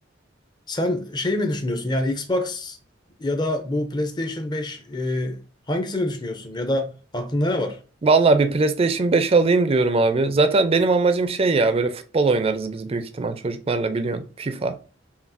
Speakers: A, on the left; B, on the right.
A: Sen şey mi düşünüyorsun yani Xbox ya da bu PlayStation 5 e, hangisini düşünüyorsun ya da aklında ne var?
B: Vallahi bir PlayStation 5 alayım diyorum abi. Zaten benim amacım şey ya böyle futbol oynarız biz büyük ihtimal çocuklarla biliyorsun. FIFA.